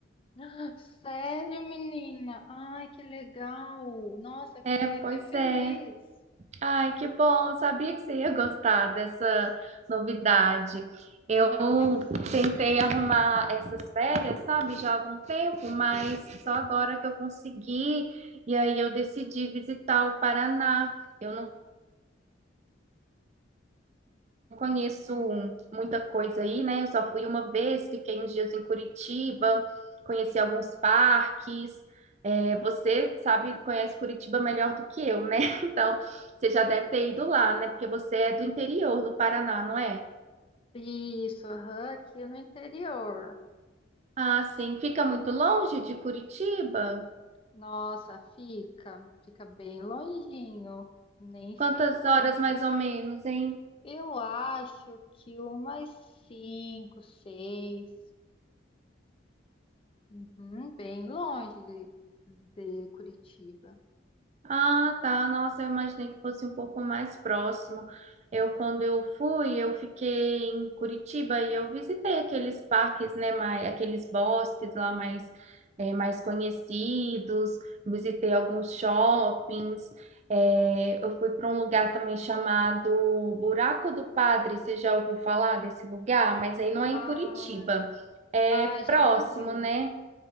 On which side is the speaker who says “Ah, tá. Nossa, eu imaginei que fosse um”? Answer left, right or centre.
Right